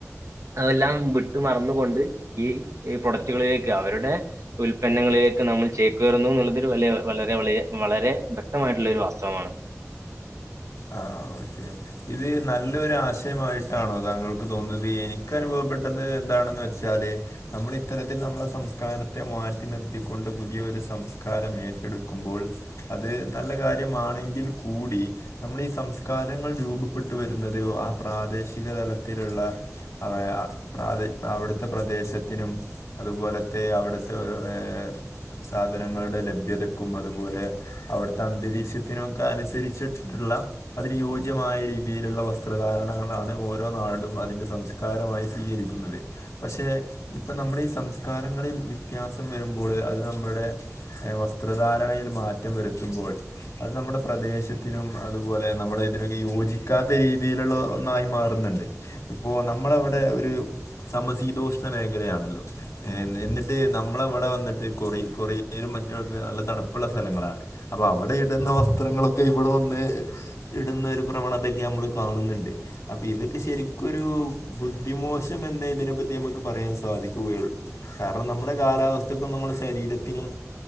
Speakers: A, on the right; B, on the left.
A: തെല്ലാം വിട്ട് മറന്നുകൊണ്ട് ഈ ഈ പ്രൊഡക്റ്റുകളിലേക്ക് അവരുടെ ഉൽപന്നങ്ങളിലേക്ക് നമ്മൾ ചെക്കേറുന്നു എന്നുള്ളതു വ വളരെ വളിയ വളരെ വ്യക്തമായിട്ടുള്ള ഒരു വാസ്തവമാണ്
B: ആ ഓക്കെ ഇത് നല്ലൊരു ആശയമായിട്ടാണോ താങ്കൾക്ക് തോന്നുന്നത് എനിക്ക് അനുഭവപ്പെട്ടത് എന്താണെന്ന് വെച്ചാ ച്ചാല് നമ്മൾ ഇത്തരത്തിൽ നമ്മുടെ സംസ്കാരത്തെ മാറ്റി നിർത്തിക്കൊണ്ട് പുതിയൊരു സംസ്കാരം ഏറ്റെടുക്കുമ്പോൾ അത് നല്ല കാര്യമാണെങ്കിൽ കൂടി നമ്മളീ സംസ്കാരങ്ങൾ രൂപപ്പെട്ടു വരുന്നതെയോ ആ പ്രാദേശിക തലത്തിലുള്ള അവ ആ പ്രാദേ അവിടുത്തെ പ്രദേശത്തിനും അതുപോലത്തെ അവിടുത്തെ ഒരു ഏ സാധനങ്ങളുടെ ലഭ്യതക്കും അതുപോലെ അവിടുത്തെ അന്തരീക്ഷത്തിനൊക്കെ അനുസരിച്ചിട്ടിട്ടുള്ള അതിനു യോജി അനുയോജ്യമായ രീതിയിലുള്ള വസ്ത്രധാരണങ്ങളാണ് ഓരോ നാടും അതിൻ്റെ സംസ്കാരമായി സ്വീകരിക്കുന്നത് പക്ഷെ ഇപ്പൊ നമ്മൾ ഈ സംസ്കാരങ്ങളിൽ വ്യത്യാസം വരുമ്പോള് അത് നമ്മുടെ ഏ വസ്ത്രധാരണയിൽ മാറ്റം വരുത്തുമ്പോൾ അത് നമ്മുടെ പ്രദേശത്തിനും അതുപോലെ നമ്മളെ. ഇതിനൊക്കെ യോജിക്കാത്ത രീതിയിലുള്ള ഒന്നായി മാറുന്നുണ്ട് ഇപ്പോ നമ്മളവിടെ ഒരു സമ ശീതോഷ്ണ മേഖലയാണല്ലോ എന്നിട്ട് നമ്മളവിടെ വന്നിട്ട് കൊറി കൊറിയയിലും മറ്റുമൊക്കെ നല്ല തണുപ്പുള്ള സ്ഥലങ്ങളാണ് അപ്പൊ അവിടെ ഇടുന്ന വസ്ത്രങ്ങളൊക്കെ ഇവിടെ വന്ന് ഇടുന്നെ ഒരു പ്രവണതയൊക്കെ നമ്മൾ കാണുന്നുണ്ട് അപ്പൊ ഇതൊക്കെ ശരിക്കൊരു ബുദ്ധിമോശം എന്നെ ഇതിനെപ്പറ്റി നമുക്ക് പറയാൻ സാധിക്കുകയുള്ളു കാരണം നമ്മുടെ കാലാവസ്ഥക്കും നമ്മുടെ ശരീരത്തിനും.